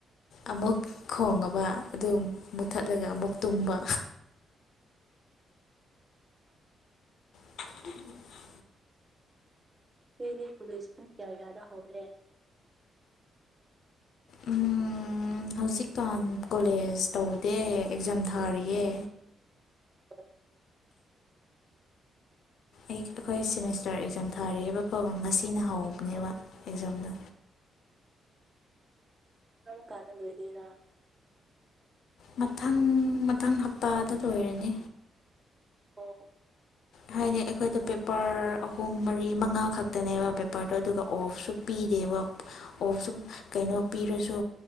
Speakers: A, on the left; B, on the right.
A: ꯑꯃꯨꯛ ꯈꯣꯡꯉꯥꯕ ꯑꯗꯨ ꯃꯨꯠꯊꯠꯂꯒ ꯑꯃꯨꯛ ꯇꯨꯝꯕ <unintelligible>
B: <unintelligible> ꯄꯨꯂꯤꯁꯅ ꯀꯌꯥ ꯀꯌꯥꯗ ꯍꯧꯔꯦ <inaudible>
A: ꯎꯝ ꯎꯝ ꯍꯧꯖꯤꯛꯀꯥꯟ ꯀꯣꯂꯦꯖ ꯇꯧꯗꯦ ꯑꯦꯛꯖꯥꯝ ꯊꯥꯔꯤꯌꯦ
B: <unintelligible>
A: ꯑꯩ ꯑꯩꯈꯣꯏ ꯁꯦꯃꯤꯁꯇꯔ ꯑꯦꯛꯖꯥꯝ ꯊꯥꯔꯤꯌꯦꯕꯀꯣ ꯉꯁꯤꯅ ꯍꯧꯕꯅꯦꯕ
B: ꯑ
A: ꯑꯦꯛꯖꯥꯝꯗꯣ
B: ꯀꯔꯝ ꯀꯥꯟꯗ ꯂꯣꯏꯗꯣꯏꯔꯥ
A: ꯃꯊꯪ ꯃꯊꯪ ꯍꯞꯇꯥꯗ ꯂꯣꯏꯔꯅꯤ
B: ꯑꯣ
A: ꯍꯥꯏꯗꯤ ꯑꯩꯈꯣꯏꯗꯣ ꯄꯦꯄꯔ ꯑꯍꯨꯝ ꯃꯔꯤ ꯃꯉꯥ ꯈꯛꯇꯅꯦꯕ ꯄꯦꯄꯔꯗꯣ ꯑꯗꯨꯒ ꯑꯣꯐꯁꯨ ꯄꯤꯗꯦꯕ ꯑꯣꯐꯁꯨ ꯀꯩꯅꯣ ꯄꯤꯔꯁꯨ